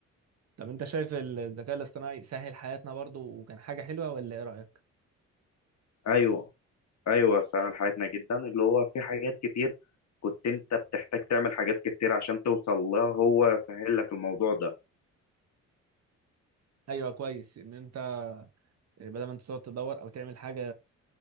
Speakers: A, on the right; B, on the left.
A: طب انت شايف الذكاء الاصطناعي سهل حياتنا برضو وكان حاجة حلوة ولا ايه رأيك
B: أيوه أيوه سهل حياتنا جدا اللي هو في حاجات كتير كنت أنت بتحتاج تعمل حاجات كتير عشان توصل لها هو سهل لك الموضوع ده
A: ايوه كويس ان انت بدل ما انت تقعد تدور او تعمل حاجة